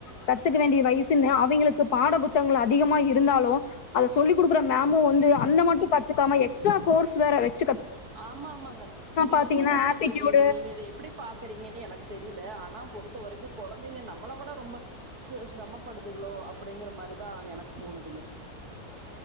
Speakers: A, on the left; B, on the right.
A: கத்துக்க வேண்டிய வய் சுன்னு அவிங்களுக்கு பாட புத்தகங்கள் அதிகமா இருந்தாலு அத சொல்லிக் குடுக்கற அந் மேமு வந்து அந்த மட்டு கத்துக்காம எக்ஸ்ட்ரா கோர்ஸ் வேற வெச்
B: ஆமா ஆமாங்க இது
A: பாத்தீங்கன்னா
B: வந்து உங்களுக்கு
A: ஆப்டிடியூடு
B: நீங்க நீங்க இத எப்டி பாக்கறீங்கன்னு எனக்கு தெரியு ல்ல ஆனா பொறுத்த வரைக்கு கொழந்தைங்க நம்மளை விட ரொம்ப சி சிரமப்படுதுகளோ அப்டிங்கிற மாரிதா ஆ எனக்குத் தோணுதுங்க